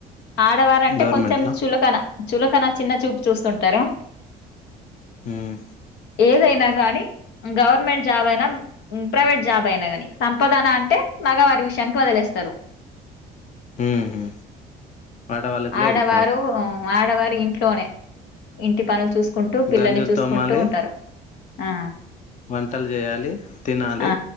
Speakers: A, on the left; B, on the left.
A: ఆడవారంటే
B: గవర్నమెంట్
A: కొంచెం
B: లో
A: చులకన చులకన చిన్న చూపు చూస్తుంటారు
B: ఉమ్
A: ఏదైనా కానీ గవర్నమెంట్ జాబ్ అయినా ప్రైవేట్ జాబ్ అయినా గాని సంపాదన అంటే మగ వారి విషయానికి వదిలేస్తారు
B: ఉహు ఆడవాళ్ళకి లేదు
A: ఆడవారు
B: ఛాన్స్
A: ఆడవారు ఇంట్లోనే ఇంటి పనులు చూసుకుంటూ పిల్లల్ని
B: గంజులు
A: చూసుకుంటూ
B: తోమాలి
A: ఉంటారు ఆ
B: వంటలు చేయాలి తినాలి
A: ఆ